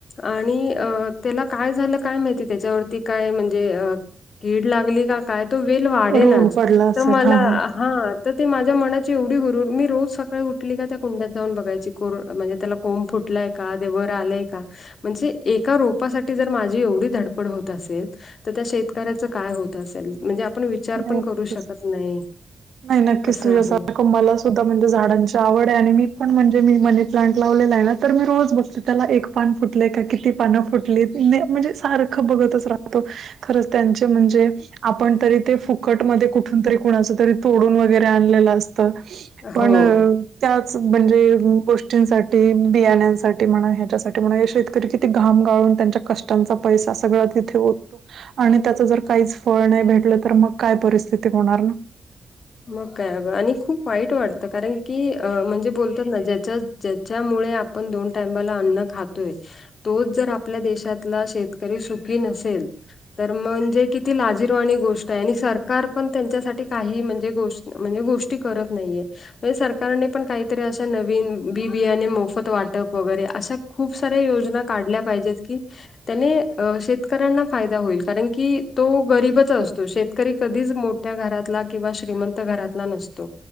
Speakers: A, on the left (about 60°); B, on the right (about 80°).
A: आणि अ त्याला काय झालं काय माहिती त्याच्यावरती काय म्हणजे अ कीड लागली का काय तो वेल वाढे
B: रोग
A: नाच
B: पडला असेल.
A: तर मला
B: हां, हां.
A: हा तर ते माझ्या मनाची एवढी गुरर मी रोज सकाळी उठली का त्या कुंड्यात जाऊन बघायची कोर म्हणजे त्याला कोंब फुटलाय का ते वर आलंय का म्हणजे एका रोपासाठी जर माझी एवढी धडपड होत असेल तर त्या शेतकऱ्याच काय होत असेल म्हणजे आपण विचार
B: नाही
A: पण
B: नक्कीच.
A: करू शकत नाही
B: नाही नक्कीच
A: असं
B: तुझ्यासारखं
A: आहे
B: मला सुद्धा म्हणजे झाडांची आवड आहे आणि मी पण म्हणजे मी मनी प्लांट लावलेला आहे ना तर मी रोज बघते त्याला एक पान फुटलय का किती पानं फुटलीत म्हणजे सारखं बघतच राहतो. खरच त्यांचे म्हणजे आपण तरी ते फुक - फुकट मध्ये कुठून तरी कुणाच तरी तोडून वगैरे आणलेलं असत. पण-
A: हो.
B: त्याच म्हणजे गोष्टींसाठी बियाण्यांसाठी म्हणा, ह्याच्यासाठी म्हणा, शेत शेतकरी किती घाम गाळून त्यांच्या कष्टांचा पैसा सगळा तिथे ओतून - आणि त्याच जर काहीच फळ नाही भेटलं तर मग काय परिस्थिती होणार ना
A: मग काय अगं आणि खूप वाईट वाटतं कारण की अ म्हणजे बोलतात ना ज्याच्या ज्याच्यामुळे आपण दोन टायमाला अन्न खातोय तोच जर आपल्या देशातला शेत सुी न तर म्हणजे क लाजीरवाणी गोष्ट आहे आणि सरकार पण त्यांच्यासाठी काही म्हणजे गोष्ट म्हणजे गोष्टी करत नाहीय म्हणजे सरकारने पण काहीतरी अशा नवीन बी बियाने मोफत वाटप वगैरे अशा खूप साऱ्या योजना काढल्या पाहिजेत की त्याने शेतकऱ्यांना फायदा होईल कारण की तो गरीबच असतो शेतकरी कधीच मो त्या घरातला किंवा श्रीमंत घरातला नसतो